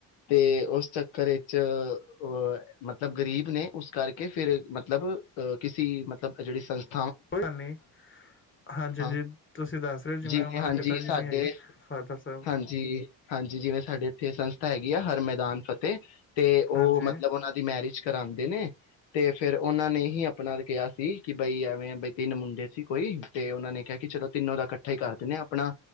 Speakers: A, on the left; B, on the left.
A: ਤੇ ਉਸ ਚੱਕਰ ਵਿੱਚ ਅ ਮਤਲਬ ਗਰੀਬ ਨੇ ਉਸ ਕਰਕੇ ਫਿਰ ਮਤਲਬ ਅਹ ਕਿਸੀ ਮਤਲਬ ਜਿਹੜੀ ਸੰਸਥਾ
B: ਕੋਈ ਗੱਲ ਨੀ ਹਾਂਜੀ
A: ਹਾਂ
B: ਹਾਂਜੀ ਤੁਸੀਂ ਦੱਸ ਰਹੇ ਹੋ
A: ਜਿਵੇਂ
B: ਉਹਨਾਂ
A: ਹਾਂਜੀ
B: ਦੇ ਪਿਤਾ ਜੀ
A: ਸਾਡੇ
B: ਨਹੀਂ ਹੈਗੇ ਫਾਦਰ ਸਾਹਿਬ
A: ਹਾਂਜੀ ਹਾਂਜੀ ਜਿਵੇਂ ਸਾਡੇ ਇੱਥੇ ਸੰਸਥਾ ਹੈਗੀ ਆ ਹਰ ਮੈਦਾਨ ਫਤਿਹ ਤੇ ਉਹ
B: ਹਾਂਜੀ
A: ਮਤਲਬ ਉਹਨਾਂ ਦੀ ਮੈਰਿਜ ਕਰਾਦੇ ਨੇ ਤੇ ਫੇਰ ਉਹਨਾਂ ਨੇ ਹੀ ਆਪਣਾ ਕਿਹਾ ਸੀ ਕਿ ਬਈ ਐਵੇਂ ਬਈ ਤਿੰਨ ਮੁੰਡੇ ਸੀ ਕੋਈ ਤੇ ਉਹਨਾਂ ਨੇ ਕਿਹਾ ਕਿ ਚਲੋ ਤਿੰਨੋ ਦਾ ਇਕੱਠੇ ਹੀ ਕਰ ਦਿੰਦੇ ਹਾਂ ਆਪਣਾ